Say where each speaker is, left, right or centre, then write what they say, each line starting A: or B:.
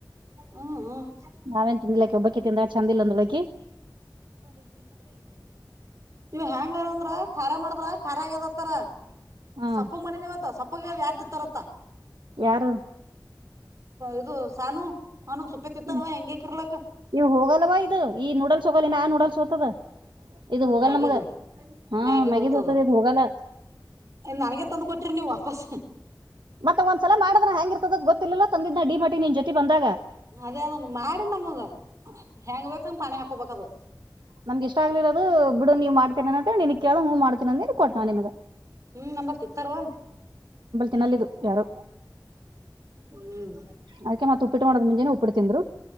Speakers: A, on the right; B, on the right.
A: ಹ್ಮ್ ಹ್ಮ್
B: ನಾವೇನ್ ತಿಿಂದಿಲ್ಲಕ್ಕೆ ಒಬ್ಬಕ್ಕೆ ತಿಂದ ಚೆಂದಿಲ್ಲಂದೊಳಗಿ
A: ನೀವು ಹೆ್ಯಾಂಗಾರಂದ್ರ ಖಾರ ಮಾಡಿದ್ರ ಖಾರಾಗದತ್ತಾರ
B: ಹ್ಮ್
A: ಸಪ್ಪು ಮಣಿನವತ್ತ ಸಪ್ಪಗ ಆತಿತ್ತಾರತ್ತ
B: ಯಾರು
A: ಇದು ಸಾನು ಅವನ ಸುಪ್ಪೆ
B: ಹ್ಮ್
A: ತಿತ್ತಾನವ ಹೆಂಗಗೆಕಿರ್ಲಕ್ಕ
B: ಇವ ಹೋಗಲ್ಲವಾ ಇದು ಈ ನೂಡಲ್ಸ್ ಹೋಗಲ್ಲಿನ ಆ ನೂಡಲ್ಸ್ ಓತದ ಇದು ಹೋಗಲ್ಲ
A: ಮ್ಯಾಗಿದು
B: ನಮ್ಗ ಹಾ
A: ಮ್ಯಾಗಿ
B: ಮ್ಯಗಿದ
A: ಹೋತದ
B: ಹತದೆ ಇದು ಹೋಗಲ್ಲ
A: ನನಗೆ ತಂದು್ ಕೊಟ್ಟಿರಿ ನೀವು್ ವಾಪಸ್
B: ಮತ್ತೆ ಒಂದ್ಲ ಮಾಡ್ರ ಹ್ಯಾಂಗ ಇರ್ತದ ಗೊತ್ತಿಲ್ಲಲ್ಲ ತಂದಿದ್ದನ ಡಿ ಮಟಿ ನಿನ್ ಜೊತಿ ಬಂದ
A: ಅದೇ ಅದನ್ ಮಾಡಿ ನಮಗ ಹೆಂಗ್ ಬೇಕಂದ ಪಾನಿ ಹಾಕೊಬೇಕದು
B: ನಮ್ಗೆ ಇಷ್ಟ ಆಗ್ಲಿರೋದು ಬಿಡ ನೀವ ಮಾಡ್ತೀನ ಅಂತನ್ ಕೇಳ್ವ ಮಾಡ್ ತಿನ್ನ ಕೊಟ್ ನಿನಗಂಬಳ
A: ಹ್ಮ್ ನಂಬರ್ ತಿತ್ತಾರವ
B: ತಿನ್ನಲ್ಲಿದ್ದು ಯಾರು
A: ಹ್ಮ್
B: ಅದಕ್ಕೆ ಮತ್ತ ಉಪ್ಪಿಟ್ಟ ಮಾಡದ ಮುಂಜೆಾನ ಉಪ್ಪಿಟ್ಟ ತಿಂದ್ರು